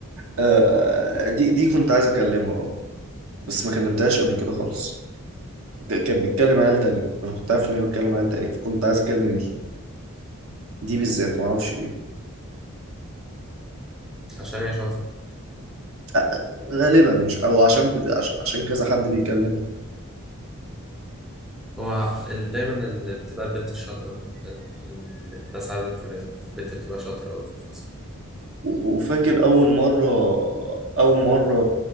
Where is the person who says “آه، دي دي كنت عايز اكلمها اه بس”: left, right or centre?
Right